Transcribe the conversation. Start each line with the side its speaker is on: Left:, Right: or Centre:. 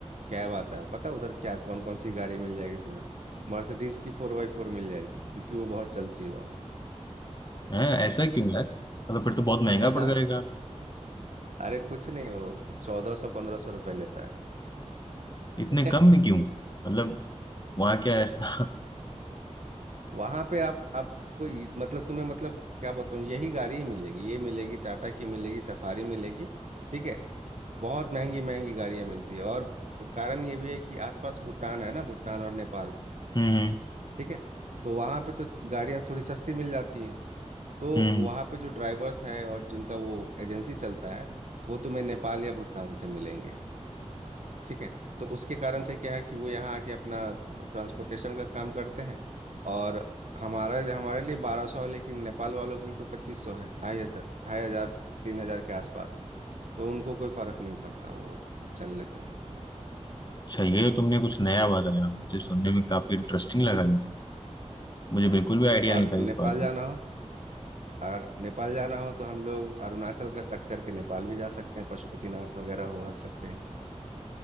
Right: कैब आता है पता है उधर क्या कौन कौन सी गाड़ी मिल जाएगी तुम्हें मर्सिडीज की फोर बाई फोर मिल जाएगी क्योंकि वो बहुत चलती है वहाँ
Left: <laughs> है ऐसा क्यों यार मतलब फिर तो बहुत
Right: <laughs>
Left: महंगा पड़ जाएगा
Right: अरे कुछ नहीं वो चौदह सौ पंद्रह सौ रुपये लेता
Left: इतने
Right: है
Left: कम
Right: <laughs>
Left: में क्यों मतलब वहाँ क्या ऐसा <laughs>
Right: वहाँ पे आप आपको ये- मतलब तुम्हें मतलब क्या बताऊँ यही गाड़ी ही मिलेगी ये मिलेगी टाटा की मिलेगी सफारी मिलेगी ठीक है बहुत महंगी महंगी गाड़ियाँ मिलती है और कारण ये भी है कि आसपास भूटान है ना भूटान और नेपाल
Left: हम्म हम्म
Right: ठीक है तो वहाँ पे तो गाड़ियाँ थोड़ी सस्ती मिल जाती हैं तो
Left: हम्म।
Right: वहाँ पे जो ड्राइवर्स है और जिनका वो एजेंसी चलता है वो तुम्हें नेपाल या भूटान से मिलेंगे ठीक है तो उसके कारण से क्या है कि वो यहाँ आके अपना ट्रांसपोर्टेशन का काम करते हैं और हमारे हमारे लिए बारह सौ है लेकिन नेपाल वालों के लिए तो पच्चीस सौ है ढाई हजार ढाई हजार तीन हजार के आसपास तो उनको कोई फर्क नहीं पड़ता वो चल लेते
Left: अच्छा ये जो तुमने कुछ नया बताया मुझे सुनने में काफी इंटरेस्टिंग
Right: हैं
Left: लगा ये
Right: <laughs>
Left: तो मुझे बिल्कुल भी आइडिया
Right: और
Left: नहीं था इस
Right: नेपाल
Left: बारे
Right: जाना
Left: में
Right: हो अगर नेपाल जाना हो तो हम लोग अरुणाचल का कट करके नेपाल भी जा सकते हैं पशुपतिनाथ वगैरह हो आ सकते हैं